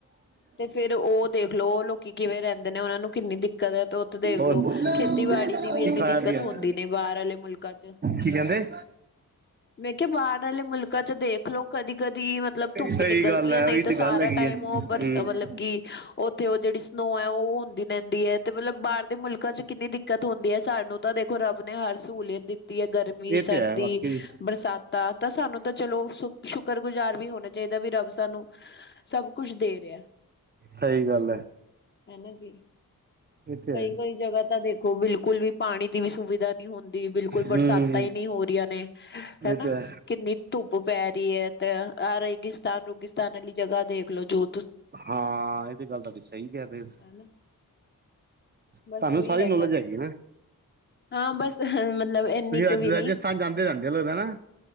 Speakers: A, on the left; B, on the right.
A: ਤੇ ਫੇਰ ਓ ਦੇਖਲੋ, ਓਹ ਲੋਕੀ ਕਿਵੇਂ ਰੈਂਦੇ ਨੇ ਓਨਾ ਨੂੰ ਕਿੰਨੀ ਦਿੱਕਤ ਏ, ਤੇ ਓਥ ਤ ਦੇਖਲੋ,
B: ਹੋਰ
A: ਖੇਤੀਬਾੜੀ ਦੀ ਵੀ ਏਨੀ
B: ਕੀ ਖਾਇਆ
A: ਦਿੱਕਤ
B: ਪੀਆ
A: ਹੁੰਦੀ ਨੇ ਬਾਰ ਆਲੇ ਮੁਲਕਾਂ ਚ।
B: ਕੀ ਕਹਿੰਦੇ
A: ਮੈਂ ਕਿਆ ਬਾਰ ਆਲੇ ਮੁਲਕਾਂ ਚ ਦੇਖਲੋ ਕਦੀ-ਕਦੀ ਮਤਲਬ ਧੁੱਪ
B: ਸਹੀ
A: ਨਿਕਲਦੀ
B: ਗੱਲ ਹੈ
A: ਐ ਨਈ
B: ਉਹੀ
A: ਤੇ ਸਾਰਾ
B: ਗੱਲ ਹੈਗੀ
A: ਟਾਈਮ
B: ਹੈ
A: ਓ ਬਰ
B: ਹੂੰ
A: ਮਤਲਬ ਕੀ ਓਥੇ ਓ ਜੇੜੀ ਸਨੋ ਐ ਓ ਹੁੰਦੀ ਰੈਂਦੀ ਐ ਤੇ ਮਤਲਬ ਬਾਰ ਦੇ ਮੁਲਕਾਂ ਚ ਕਿੰਨੀ ਦਿੱਕਤ ਹੁੰਦੀ ਐ ਸਾਨੂੰ ਤਾਂ ਦੇਖੋ ਰੱਬ ਨੇ ਹਰ ਸਹੂਲੀਅਤ ਦਿੱਤੀ ਐ ਗਰਮੀ,
B: ਇਹ
A: ਸਰਦੀ,
B: ਤੇ ਹੈ ਵਾਕਈ ਜੀ
A: ਬਰਸਾ ਤਾ-ਤਾ ਸਾਨੂੰ ਤਾਂ ਚਲੋ ਸੁ ਸ਼ੁਕਰ-ਗੁਜ਼ਾਰ ਵੀ ਹੋਣਾ ਚਾਈਦਾ ਵੀ ਰੱਬ ਸਾਨੂੰ ਸਭ ਕੁਝ ਦੇ ਰਿਆ
B: ਸਹੀ ਗੱਲ ਹੈ
A: ਹੈਨਾ ਜੀ।
B: ਇਹ ਤੇ
A: ਕਈ-ਕਈ
B: ਹੈ
A: ਜਗਾ ਤਾਂ ਦੇਖੋ ਬਿਲਕੁਲ ਵੀ ਪਾਣੀ ਦੀ ਵੀ ਸੁਵਿਧਾ ਨੀ ਹੁੰਦੀ ਬਿਲਕੁੱਲ
B: ਹੂੰ
A: ਬਰਸਾਤਾਂ ਈ ਨੀ ਹੋ ਰੀਆਂ ਨੇ ਹੈਨਾ
B: ਇਹ ਤੇ ਹੈ
A: ਕਿੰਨੀ ਧੁੱਪ ਪੈ ਰੀ ਐ ਤ ਆਹ ਰੇਗਿਸਤਾਨ-ਰੁਗੀਸਤਾਨ ਆਲੀ ਜਗ੍ਹਾ ਦੇਖ ਲੋ ਜੂ
B: ਹਾਂ ਏ ਤੇ ਗੱਲ ਤਾਡੀ ਸਈ ਕੈ ਰੇ ਸੀ
A: ਹਨਾ
B: ਤੁਹਾਨੂੰ
A: ਬਸ ਓਈ
B: ਸਾਰੀ
A: ਹੈਗਾ
B: ਨੌਲੇਜ ਹੈਗੀ ਨਾ
A: ਹਾਂ ਬਸ <unintelligible>
B: ਤੁਸੀਂ
A: ਕੁ
B: ਰਾਜ-ਰਾਜਸਥਾਨ
A: ਵੀ ਨੀ
B: ਜਾਂਦੇ ਰੈਂਦੇ ਓ ਲਗਦਾ ਹਨਾ?